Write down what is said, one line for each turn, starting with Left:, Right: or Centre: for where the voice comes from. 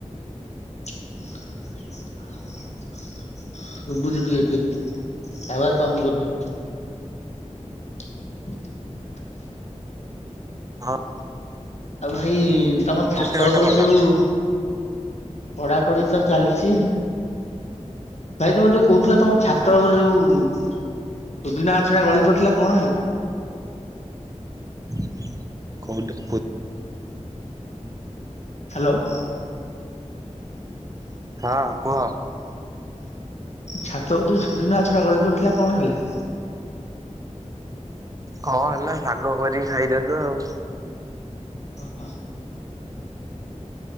Left: <unintelligible> ଶୁଭୁଛି ଟିକେ ଟିକେ ଟାୱାର ପାଉନି ବୋଧେ। <unintelligible>
Right: ହଉ
Left: ଆଉ ଭାଇ ତମ ଛାତ
Right: ବାଟ
Left: ଉପରେ
Right: ଗଲା?
Left: ଯୋଉ ପଢାପଢି ତ ଚାଲିଚି। ଭାଇ ତମେ ଯୋଉ କହୁଥିଲ ତମ ଛାତ ଉପରେ ଯୋଉ ସୂଜୁନା ଗଛଟା ଗଳି ପଡିଥିଲା କଣ ହେଲା?
Right: <unintelligible>
Left: ହ୍ୟାଲୋ।
Right: ହଁ କୁହ।
Left: ଛାତକୁ ଯୋଉ ସୁଜୁନା ଗଛଟା ଗଳି ପଡିଥିଲା କଣ ହେଲା?
Right: କଣ ହେଲା ଶାଗ କରିକି ଖାଇଦେଲୁ ଆଉ।
Left: ହଁ ହଁ।